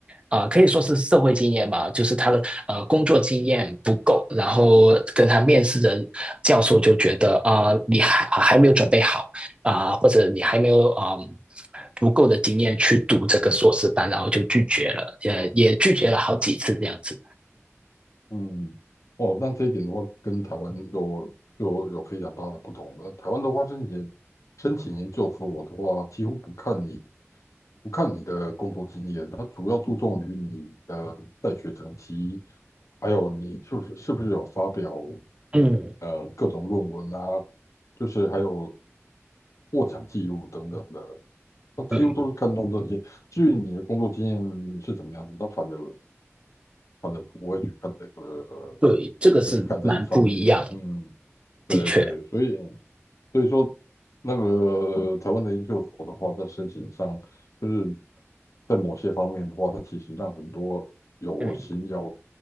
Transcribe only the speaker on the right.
啊、呃可以说是社会经验吧，就是他的呃工作经验不够，然后跟他面试的教授就觉得啊、呃你还还没有准备好，啊、呃或者你还没有啊、嗯足够的经验去读这个硕士班，然后就拒绝了，也也拒绝了好几次这样子。
嗯，
嗯，
对，这个是蛮不一样的，
的确。
嗯